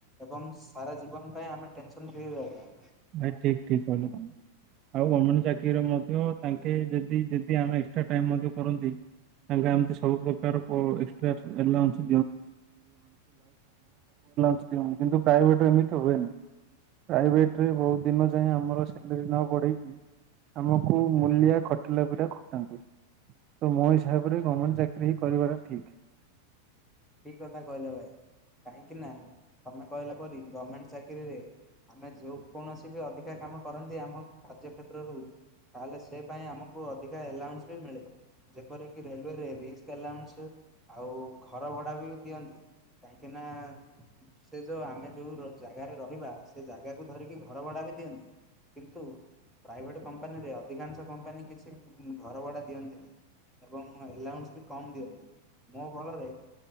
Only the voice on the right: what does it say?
ଭାଇ ଠିକ ଠିକ କହିଲ ତମେ। ଆଉ ଗମେଣ୍ଟ ଚାକିରିର ମଧ୍ୟ ତାଙ୍କେ ଯଦି ଯଦି ଆମେ ଏକ୍ସଟ୍ରା ଟାଇମ ମଧ୍ୟ କରନ୍ତି ତାଙ୍କା ଏମତି ସବୁ ପ୍ରକାର ପ <unintelligible> ସବୁ ଅଲାନ୍ସ <unintelligible> କିନ୍ତୁ ପ୍ରାଇଭେଟ ଏମିତି ହୁଏନି ପ୍ରାଇଭେଟ ରେ ବହୁତ ଦିନ ଯାଏଁ ଆମର ସାଲେରୀ ନ ବଢେଇକି ଆମକୁ ମୂଲିଆ ଖଟିଲା ପରି ଖଟାନ୍ତି। ତ ମୋ ହିସାବରେ ଗମେଣ୍ଟ ଚାକିରି ହିଁ କରିବାଟା ଠିକ୍।